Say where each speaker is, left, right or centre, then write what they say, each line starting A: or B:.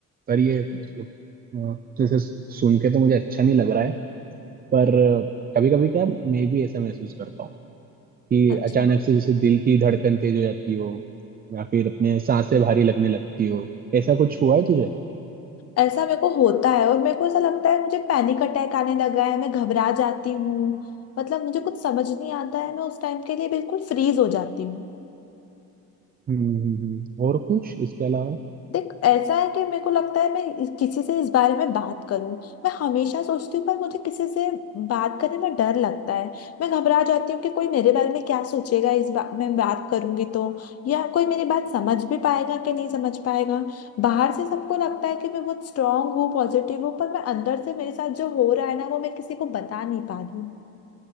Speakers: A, on the right; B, on the left.
A: पर ये मतलब अ, जैसे सुन के तो मुझे अच्छा नहीं लग रहा है पर कभी कभी क्या मैं भी ऐसा महसूस करता हूँ कि
B: अच्छा
A: अचानक से जैसे दिल की धड़कन तेज हो जाती हो या फिर अपने सांसें भारी लगने लगती हो ऐसा कुछ हुआ है तुझे
B: ऐसा मेरे को होता है और मेरे को ऐसा लगता है मुझे पैनिक अटैक आने लगा है मैं घबरा जाती हूँ मतलब मुझे कुछ समझ नहीं आता है मैं उस टाइम के लिए बिल्कुल फ्रीज हो जाती हूँ
A: हम्म हम्म, हम्म। और कुछ इसके अलावा
B: देख ऐसा है कि मेरे को लगता है मैं इस- किसी से इस बारे में बात करूं मैं हमेशा सोचती हूँ पर मुझे किसी से बात करने में डर लगता है मैं घबरा जाती हूँ कि कोई मेरे बारे में क्या सोचेगा इस बात मैं बात करूंगी तो या कोई मेरी बात समझ भी पाएगा कि नहीं समझ पाएगा बाहर से सबको लगता है कि मैं बहुत स्ट्रांग हूँ पॉजिटिव हूँ पर मैं अंदर से मेरे साथ जो हो रहा है ना वो मैं किसी को बता नहीं पा रही हूँ